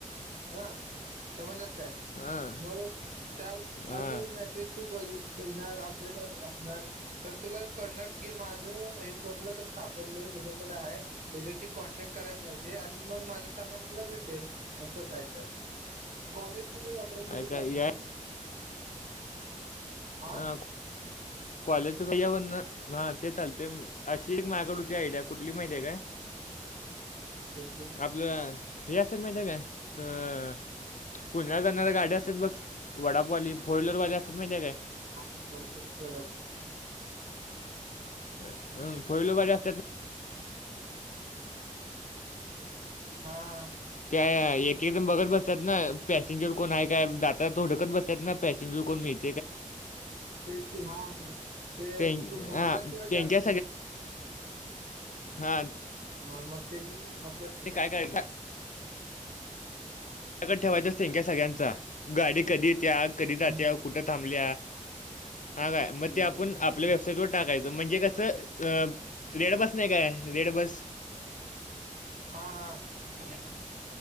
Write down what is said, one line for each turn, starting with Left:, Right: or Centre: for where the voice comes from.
Right: हा समजलंच काय
Left: हा
Right: मग त्या त्यावर
Left: हा
Right: मेसेज त बघ बघणार अपडेट असणार तर तुला कणार की माझं हे कोणलं तर सापडल हझ्याकडे आहे हच्या्याशी कॉन्टॅक्ट कराय पाहिजे आणि मग माझं सामान मला भेटेल असं काय तर कॉलेज मध्ये ऑपर्च्युनिटी
Left: ऐका
Right: भ आहे
Left: या
Right: ह
Left: हा कॉलेजचं चवरण हा ते चालते अशी एक माझकड होती आयडिया कुठली माहिती आहे काय
Right: कुठली?
Left: आपलं रियासत माहित आहे काय अ पुण्यातला जाणारऱ्या गाड्या असतात बघ वडापवाली फोर व्हीलरवाली असतात माहिती काय
Right: ह वाड
Left: हम, फोर वाली अस
Right: हा हा
Left: ते एक एकदम बघत बस सत ना पॅसेंजर कोण आहे काय जाता थोडकच बसत ना पॅसेंजर कोण मिळत
Right: ते हा हा ते
Left: त्यां
Right: तू भरल्याशिवाय
Left: हां, त्यांच्या
Right: जात नाहीत हम्
Left: हा
Right: ह मग तेनी असं
Left: ते काय कय क ठेवायच्या संख्या सगळ्यांचा गाडी कधी येत्या कधी जात्या
Right: हं,
Left: कुठं थांबल्या हा काय मग
Right: हं.
Left: ते आपण आपल्या वेबसाईट वर टाकायचं म्हणजे कसं अ रेड बस नाही काय रेड बस
Right: हा हा हम्म